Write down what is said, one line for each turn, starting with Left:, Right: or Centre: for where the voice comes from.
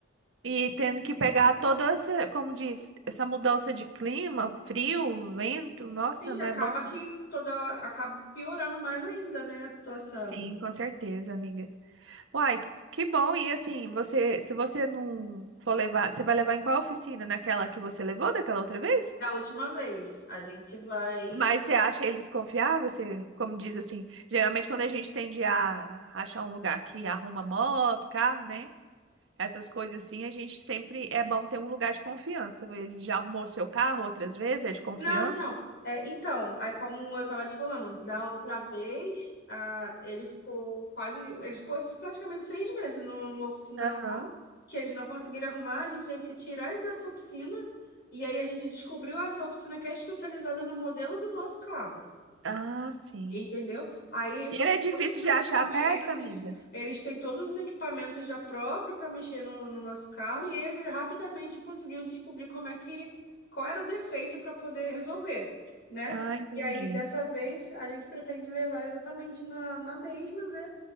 Right: e tendo
Left: sim,
Right: que pegar toda essa, como diz, essa mudança de clima, frio, vento, nossa,
Left: sim,
Right: não
Left: acaba
Right: é bom não.
Left: que toda acaba piorando mais ainda, né, a situação.
Right: Sim, com certeza, amiga. Uai, que, que bom. E assim, você, se você não for levar, você vai levar em qual oficina? Naquela que você levou daquela outra vez?
Left: Da última vez, a gente vai
Right: Mas você acha eles confiáveis? Você, como diz assim, geralmente quando a gente tende a achar um lugar que arruma moto, carro, né? Essas coisas assim, a gente sempre é bom ter um lugar de confiança. Ele já arrumou seu carro outras vezes, é de confiança?
Left: Não, então. É, então, aí como eu tava te falando, da outra vez, ah, ele ficou quase, ele ficou praticamente seis meses no- numa oficina
Right: Aham.
Left: lá, que eles não conseguiram arrumar, a gente teve que tirar ele dessa oficina, e aí a gente descobriu ah, essa oficina que é especializada no modelo do nosso carro.
Right: Ah, sim.
Left: Entendeu? Aí eles
Right: E
Left: têm
Right: ele é
Left: todos
Right: difícil
Left: os equipamentos,
Right: de achar a peça, amiga?
Left: eles têm todos os equipamentos já próprios para mexer no, no nosso carro e ele rapidamente conseguiu descobrir como é que, qual era o defeito para poder resolver, né?
Right: Ah, entendi.
Left: E aí, dessa vez, a gente pretende levar exatamente na, na mesma, né?